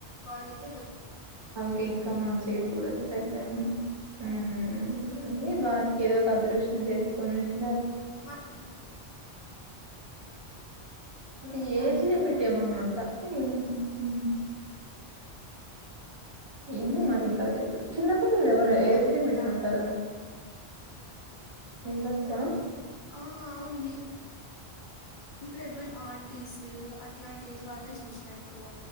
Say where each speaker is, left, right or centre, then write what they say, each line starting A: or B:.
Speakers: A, on the left; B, on the right.
A: వాళ్ళయితే జడ్
B: కే ఇంక మంచిగ చూడచ్ <unintelligible> ఉ అని వాటికి ఏదో ఒక అదృష్ ఉ చేసుకొనిన్ ఉండ
A: మా ఇ
B: అది ఏజ్ లిమిట్ ఏమన్నా ఉంట ఉ ఏమో మరి ఇంక అది, చిన్నపిల్లలు ఎవరే ఏజ్
A: అనుకుంటా
B: లిమిట్ ఉంటది అను ఎల్లోచ
A: ఆ అవున్ నీ ఇప్పుడ ఎపు ఆంటీస్ అట్లాంటి ఏజ్ వాళ్ళే చూసిన ఎక్కువ